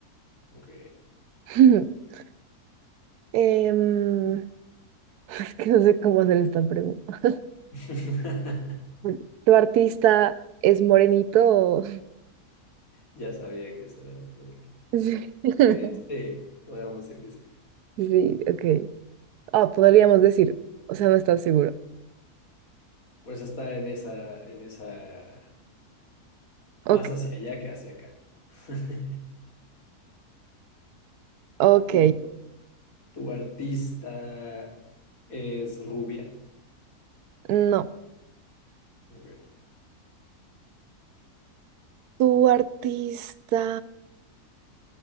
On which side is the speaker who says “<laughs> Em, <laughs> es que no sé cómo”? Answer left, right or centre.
Right